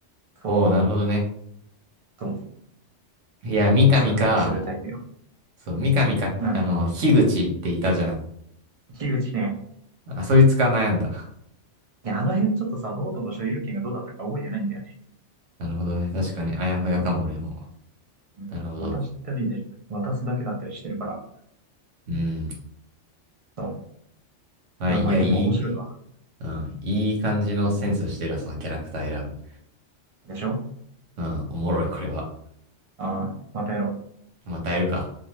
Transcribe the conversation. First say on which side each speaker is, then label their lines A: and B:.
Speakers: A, on the right (about 40°); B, on the right (about 85°).
A: う。そ
B: おお、なるほどね。
A: う。そ
B: いや、三上か、
A: う削除するタイプよ。
B: そう、三上か、
A: うん。
B: あの、樋口っていたじゃん。
A: 樋口ね。
B: あ、そいつか悩んだ。
A: いや、あの辺ちょっとさ、ノートの所有権がどうだったか覚えてないんだよね。
B: なるほどね。確かに、あやふやかも、
A: そう。
B: 俺も。
A: うん。
B: なるほど。
A: 渡したりで、渡すだけだったりしてるから。
B: うん。
A: そう。
B: まあ、
A: いや、
B: いや、
A: まあ、やっぱ面白いわ。
B: いい、うん。いい感じのセンスしてるわ、
A: うん。
B: そのキャラクター選ぶ。
A: でしょ
B: うん。おもろい、これは。
A: ああ、またやろう。
B: またやるか。